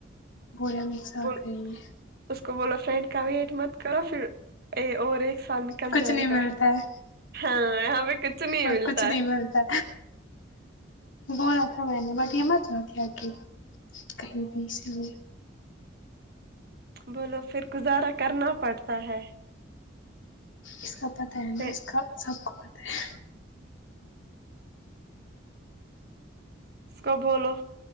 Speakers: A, on the left; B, on the right.
A: بول ہم ایک ساتھ
B: بول
A: کر رہی ہے
B: اس کو بولو فرینڈ کا ویٹ مت کرو پھر ا اور ایک سال نکل
A: کچھ
B: جائے
A: نہیں
B: گا
A: ملتا ہے
B: ہاں یہاں پہ کچھ نہیں
A: اور
B: ملتا
A: کچھ نہیں
B: ہے
A: ملتا بولا تھا میں نے بٹ یہ مت چ تھی اکیلی کہیں بھی اسلیے
B: بولو پھر گزارا کرنا پڑتا ہے
A: اس کا پتہ ہے
B: پھر
A: نا اس کا سب کو پتہ ہے
B: اس کو بولو